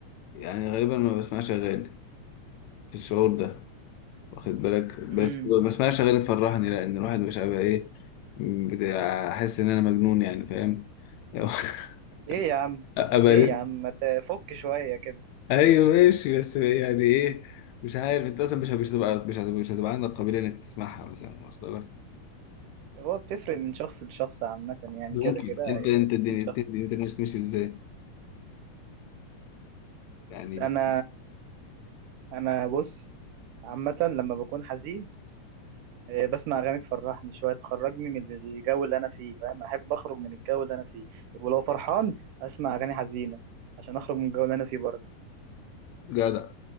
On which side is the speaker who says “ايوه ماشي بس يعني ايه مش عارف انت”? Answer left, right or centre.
Left